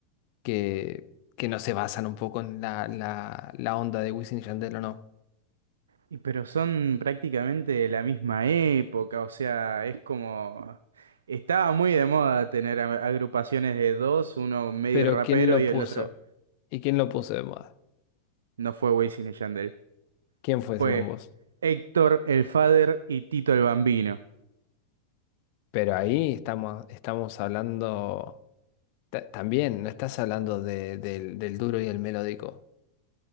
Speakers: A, on the left; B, on the right.
A: que, que no se basan un poco en la, la, la onda de Wisin y Yandel o no.
B: Y pero son prácticamente de la misma época, o sea, es como... Estaba muy de moda tener a- agrupaciones de dos, uno medio
A: Pero
B: rapero
A: ¿quién lo
B: y el
A: puso?
B: otro
A: ¿Y quién lo puso de moda?
B: no fue Wisin y Yandel.
A: ¿Quién fue
B: Fue
A: según vos?
B: Héctor el Father y Tito el Bambino.
A: Pero ahí estamos, estamos hablando ta- también, no estás hablando de- del, del duro y el melódico.